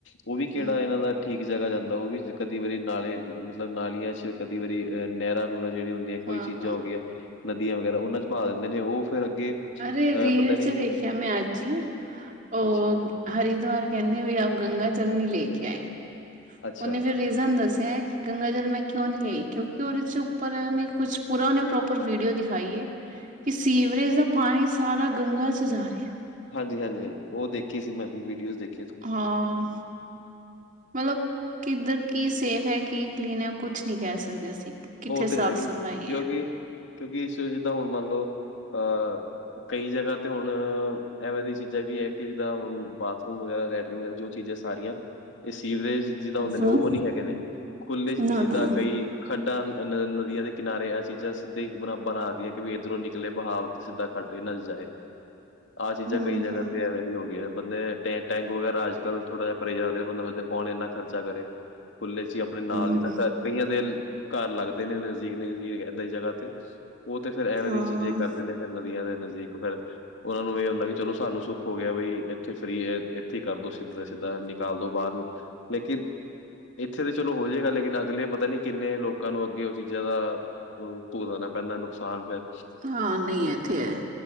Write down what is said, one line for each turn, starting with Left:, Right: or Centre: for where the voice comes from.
Left: ਉਹ ਵੀ ਕਿਹੜਾ
Right: ਹੂੰ,
Left: ਇਹਨਾਂ ਦਾ ਠੀਕ ਜਗ੍ਹਾ ਜਾਂਦਾ ਉਹ ਵੀ ਕਦੀ ਵਾਰੀ ਨਾਲੇ ਮਤਲਬ ਨਾਲੀਆਂ 'ਚ ਕਦੀ ਵਾਰੀ ਨਹਿਰਾਂ ਨਾਂ ਜਿਹੜੀਆਂ ਹੁੰਦੀਆਂ ਕੋਈ
Right: ਹਾਂ-ਹਾਂ
Left: ਚੀਜ਼ਾਂ ਹੋ ਗਈਆਂ, ਨਦੀਆਂ ਵਗੈਰਾ ਉਹਨਾਂ 'ਚ ਬਹਾ ਦਿੰਦੇ ਨੇ ਉਹ ਫਿਰ ਅੱਗੇ
Right: ਅਰੇ
Left: ਅ,
Right: ਰੀਲ
Left: ਪਤਾ ਨਹੀਂ
Right: 'ਚ ਦੇਖਿਆ ਮੈਂ ਅੱਜ ਹੀ, ਉਹ
Left: ਅੱਛਾ
Right: ਹਰਿਦੁਆਰ ਕਹਿੰਦੇ ਵੀਈ ਆਪ ਗੰਗਾ ਜਲ ਨਹੀਂ ਲੈ ਕੇ ਆਏ
Left: ਅੱਛਾ
Right: ਉਹਨੇ ਫਿਰ ਰੀਜ਼ਨ ਦੱਸਿਆ ਹੈ ਕਿ ਗੰਗਾ ਜਲ ਮੈਂ ਕਿਉਂ ਨਹੀਂ ਲਿਆਈ, ਕਿਉਂਕਿ ਉਹਦੇ 'ਚ ਉੱਪਰਨੇ ਕੁਛ ਪੂਰਾ ਉਹਨੇ ਪ੍ਰੋਪਰ ਵੀਡੀਓ ਦਿਖਾਈ ਏ ਕਿ ਸੀਵਰੇਜ ਦਾ ਪਾਣੀ ਸਾਰਾ ਗੰਗਾ 'ਚ ਜਾ ਰਿਹਾ।
Left: ਹਾਂਜੀ- ਹਾਂਜੀ, ਹਾਂਜੀ ਉਹ ਦੇਖੀ ਸੀ ਮੈਂ ਵੀਡੀਓਜ਼ ਦੇਖ
Right: ਹਾਂ ਮਤਲਬ ਕਿੱਧਰ ਕੀ ਸੇਫ ਹੈ ਕੀ ਕਲੀਨ ਹੈ ਕੁਛ ਨਹੀਂ ਕਹਿ ਸਕਦੇ ਅਸੀਂ। ਕਿੱਥੇ
Left: ਉਹ
Right: ਸਾਫ਼
Left: ਤੇ ਹੈਗੇ
Right: ਸਫ਼ਾਈ
Left: ਕਿਉਂਕਿ,
Right: ਹੈ।
Left: ਕਿਉਂਕਿ ਇਸ ਜਿੱਦਾਂ ਹੁਣ ਮੰਨ ਲਓ ਅਹ ਕਈ ਜਗ੍ਹਾ ਤੇ ਹੁਣ ਇਹੋ ਜਿਹੀਆਂ ਚੀਜ਼ਾਂ ਵੀ ਹੈ। ਜਿੱਦਾਂ ਹ ਬਾਥਰੂਮ ਵਗੈਰਾ, ਲੈਟਰਿਨ ਵਗੈਰਾ ਜੋ ਚੀਜ਼ਾਂ ਸਾਰੀਆਂ ਇਹ ਸੀਵਰੇਜ ਜਿੱਦਾਂ ਹੁੰਦੇ ਨੇ
Right: ਹੂੰ
Left: ਉਹ ਨਹੀਂ ਹੈਗੇ ਨੇ, ਖੁੱਲੇ 'ਚ
Right: ਨਾ-ਨਾ
Left: ਜਿੱਦਾਂ ਕਈ ਖੱਡਾਂ ਨਦੀਆਂ ਦੇ ਕਿਨਾਰੇ ਇਹ ਚੀਜ਼ਾਂ ਸਿੱਧੇ ਬ ਬਣਾਕੇ ਕਿ ਵੀ ਇੱਧਰੋਂ ਨਿਕਲੇ ਬਹਾਵ ਸਿੱਧਾ ਖਡ ਇਹਨਾਂ 'ਚ ਜਾਏ, ਆਹ ਚੀਜ਼ਾਂ
Right: ਹੂੰ-ਹੂੰ
Left: ਕਈ ਜਗ੍ਹਾ ਤੇ ਐਵੇਂ ਹੋ ਗਈ ਬੰਦੇ ਟ ਟੈਂਕ ਵਗੈਰਾ ਅੱਜ- ਕੱਲ੍ਹ ਥੋੜ੍ਹਾ ਜਿਹਾ ਪਰਹੇਜ ਰੱਖਦੇ ਨੇ, ਬੰਦਾਦੇ ਕੌਣ ਇੰਨਾ ਖਰਚਾ ਕਰੇ ਖੁੱਲੇ 'ਚ ਆਪਣੇ ਨਾਲ ਜੀ
Right: ਹੂੰ
Left: ਤਾਂ ਘਰ ਕਈਆਂ ਦੇਨ ਘਰ ਲੱਗਦੇ ਨੇ ਨਜ਼ਦੀਕ ਨਦੀਕ ਏਦਾਂ ਦੀ ਜਗ੍ਹਾ ਤੇ, ਉਹ ਤੇ ਫਿਰ ਐਵੇਂ
Right: ਹਾਂ
Left: ਦੀ ਚੀਜ਼ਾਂ ਹੀ ਕਰਦੇ ਨੇ ਫਿਰ ਨਦੀਆਂ ਦੇ ਨਜ਼ਦੀਕ ਫਿਰ ਉਹਨਾਂ ਨੂੰ ਇਹ ਹੁੰਦਾ ਕਿ ਚਲੋ ਸਾਨੂੰ ਸੁੱਖ ਹੋ ਗਿਆ ਬਈ ਇੱਥੇ ਫਰੀ, ਇੱਥੇ ਕਰ ਦੋ ਸਿੱਧਾ ਦਾ ਸਿੱਧਾ ਨਿਕਾਲ ਦੋ ਬਾਹਰ ਨੂੰ ਲੇਕਿਨ, ਇੱਥੇ ਤਾਂ ਚਲੋ ਹੋ ਜਾਏਗਾ ਲੇਕਿਨ ਅਗਲੇ ਪਤਾ ਨੀ ਕਿੰਨੇ ਲੋਕ ਲੋਕਾਂ ਨੂੰ ਅੱਗੇ ਇਹ ਚੀਜ਼ਾਂ ਦਾ ਭੁਗਤਣਾ ਪੈਂਦਾ ਨੁਕਸਾਨ ਫਿਰ-
Right: ਹਾਂ ਨਹੀਂ, ਇੱਥੇ ਤੇ ਹੈ,